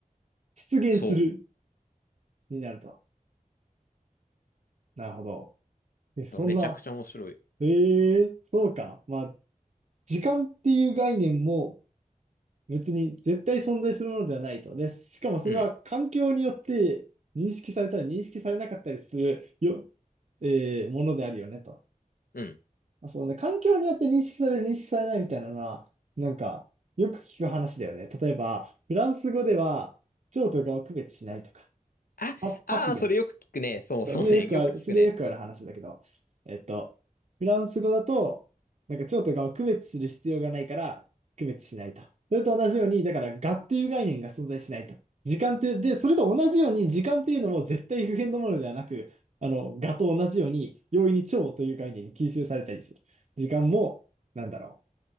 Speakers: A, on the right; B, on the left.
A: 出現する
B: う、そ
A: になると。なるほど。え、そんな、
B: う。めちゃくちゃ面白い。
A: えー、そうか。まあ、時間っていう概念も、別に絶対存在するものではないと。で、しかもそれは環境によって認識されたり認識されなかったりするよ、
B: うん、
A: えーものであるよねと。
B: うん。
A: まあそうね、環境によって認識される、認識されないみたいなのは、なんか、よく聞く話だよね。例えば、フランス語では、蝶とかを区別しないとか、
B: あ、
A: パ、
B: ああ、
A: パピヨン
B: それよく聞くね。そうそうね。
A: そうそれよくある、
B: よく聞くね。
A: それよくある話だけど、えっと、フランス語だと、なんか蝶と蛾を区別する必要がないから、区別しないと。それと同じように、だから蛾っていう概念が存在しないと。時間っていう、で、それと同じように、時間っていうのも絶対不変のものではなく、あの、蛾と同じように、容易に蝶という概念に吸収されたりする。時間も、なんだろ